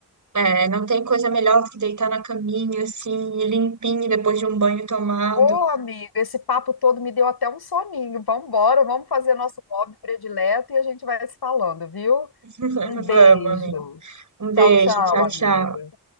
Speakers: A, on the right; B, on the left.
A: É, não tem coisa melhor do que deitar na caminha, assim, limpinho, depois de um banho tomado.
B: Ô, amigo, esse papo todo me deu até um soninho. Vambora, vamos fazer nosso hobby predileto e a gente vai se falando, viu?
A: <laughs>
B: Um beijo.
A: Vamos, amigo. Um
B: Tchau,
A: beijo,
B: tchau,
A: tchau,
B: amiga.
A: tchau.